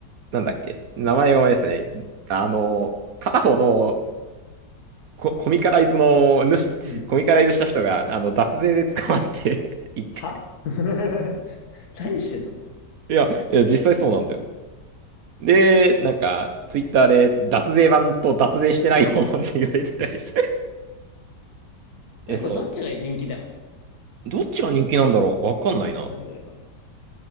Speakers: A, on the right (about 65°); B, on the left (about 60°).
A: なんだっけ、名前が思い出せない。あの、片方のココミカライズの主、
B: うん。
A: コミカライズした人が、あの、脱税で捕まって <laughs> 一回
B: は <laughs> 何してんの <laughs>
A: いや、いや、実際そうなんだよ。で、なんか、ツイッターで、脱税版と脱税してない方って言われてたりして。<laughs> え、
B: なんか
A: そ
B: <laughs> これどっちが人気だよ。
A: う。どっちが人気なんだろうわかんないな。
B: あ同じぐらいか。